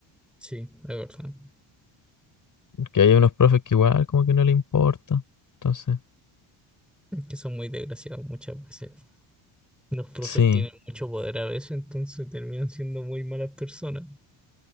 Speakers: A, in the centre; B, on the left (about 40°).
A: sí, es verdad.
B: Porque hay unos profes que igual como que no le importa, entonces,
A: Es Que son muy desgraciados muchas veces. Los profes
B: sí.
A: tienen mucho poder a veces, entonces terminan siendo muy malas personas.